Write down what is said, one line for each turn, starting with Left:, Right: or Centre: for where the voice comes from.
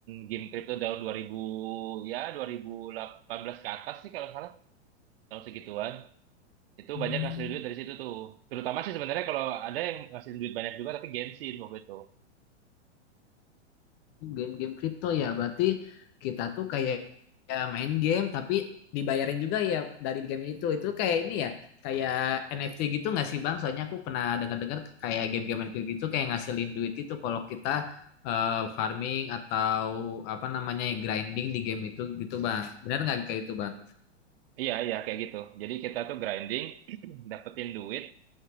Right: game kripto tahun dua ribu ya 2018 ke atas sih kalau nggak salah tahun segituan Itu
Left: Hmm,
Right: banyak ngasih duit dari situ tuh. Terutama sih sebenarnya kalau ada yang ngasih duit banyak juga tapi gengsin waktu itu.
Left: Game-game kripto ya, berarti kita tuh kayak ya main game tapi dibayarin juga ya dari gamenya itu. Itu kayak ini ya, kayak NFT gitu nggak sih Bang? Soalnya aku pernah dengar-dengar kayak game-game NFT gitu kayak ngasilin duit gitu kalau kita eh, farming atau apa namanya grinding di game itu gitu Bang. Benar nggak kayak itu Bang?
Right: Iya, iya kayak gitu. Jadi kita tuh grinding, <clears throat> dapetin duit